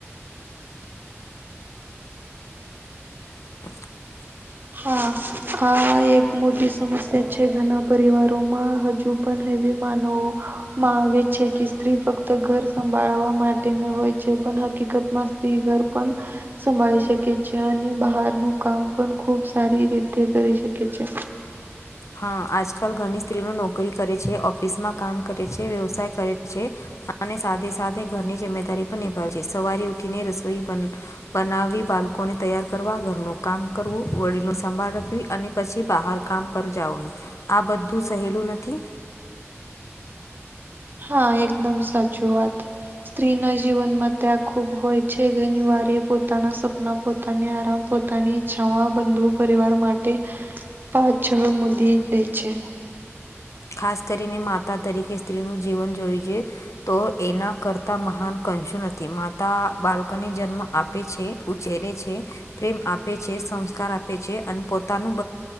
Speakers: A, on the left; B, on the right.
A: <inaudible>
B: હા. હા, એક મોટી સમસ્યા છે ઘણા પરિવારોમાં. હજુ પણ હેવી માનવો મહાવેજ છે કે સ્ત્રી ફક્ત ઘર સંભાળવા માટે ન હોય છે, પણ હકીકતમાં સ્ત્રી ઘર પણ સંભાળી શકે છે અને બહારનું કામ પણ ખુબ સારી રીત થી કરી શકે છે.
A: હા, આજકાલ ઘણી સ્ત્રીઓ નોકરી કરે છે, ઓફિસમાં કામ કરે છે, વ્યવસાય કરે છે. અને સાથે સાદે ઘરની જીમ્મેદારી પણ નિભાવીએ. સવારે ઉઠીને રસોઈ બન બનાવવી, બાલકોને તૈયાર કરવા, ઘરનું કામ કરવું, વડીલનુ સંભાળ રાખવી અને પછી બહાર કામ પર જાવનું. આ બધું સહેલું નથી.
B: હા, એકદમ સાચુ વાત. સ્ત્રીના જીવનમાં ત્યાગ ખુબ હોય છે. ઘણી વાર એ પોતાના સપના પોતાને આરામ, પોતાની ઈચ્છાઓ આ બંધુ પરિવાર માટે પાછળ મુદી દે છે.
A: ખાસ કરીને માતા તરીકે સ્ત્રીનું જીવન જોય જે તો, એના કરતા મહાન કંશું નથી માતા બાલકોને જન્મ આપે છે. ઉછેરે છે. પ્રેમ આપે છે. સંસ્કાર આપે છે અને પોતાનું